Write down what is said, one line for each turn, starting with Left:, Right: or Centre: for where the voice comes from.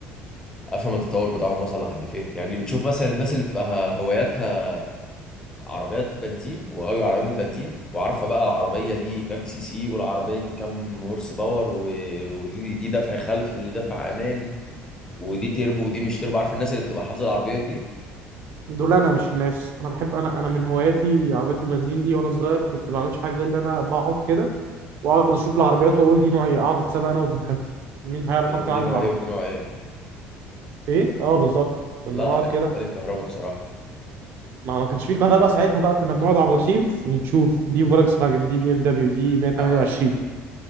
Left: افهم التطور بتاعهم وصل لحد فين يعني بتشوف مثلا الناس اللي بتبقى هواياتها عربيات بنزين وغاوية عربيات البنزين وعارفة بقى العربية دي كام سي سي والعربية دي كام هورس باور و... ودي دي دفع خلفي ودي دفع امامي ودي تربو ودي مش تربو عارف الناس اللي بتبقى حافظة العربيات دي
Right: دول انا مش الناس انا بحب انا انا من هواياتي عربيات المنزين دي وانا صغير كنت ما بعملش حاجه غير ان انا بقعد كده واقعد اشوف العربيات واقول دي نوعيه اقعد اتسابق انا وابن خالتي مين هيعرف
Left: تقول
Right: اكتر
Left: دي
Right: عن
Left: نوع
Right: العربيه
Left: ايه ودي نوع ايه
Right: ايه اه بالظبط كنا
Left: لا
Right: نقعد
Left: بالنسبة
Right: كده
Left: لي الكهرباء بصراحة
Right: ما ما كانش في كهرباء ساعتها بقى كنا بنقعد على الرصيف ونشوف دي فولكس فاجن دي بي ام دبليو دي 128
Left: آه.